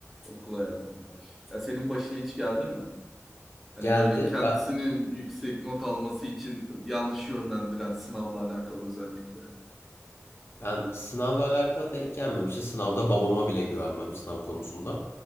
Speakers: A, in the centre; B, on the left.
A: okul hayatımda. Ya senin başına hiç geldi mi? Hani
B: Geldi.
A: böyle kendisinin
B: Ben,
A: yüksek not alması için yanlış yönlendiren sınavla alakalı özellikle. Hı
B: Ben sınavla alakalı denk gelmemişti. Sınavda babama bile güvenmem sınav konusunda.